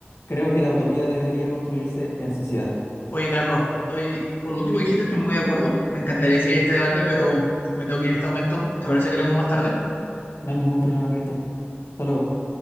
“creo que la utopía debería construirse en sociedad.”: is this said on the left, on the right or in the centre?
Left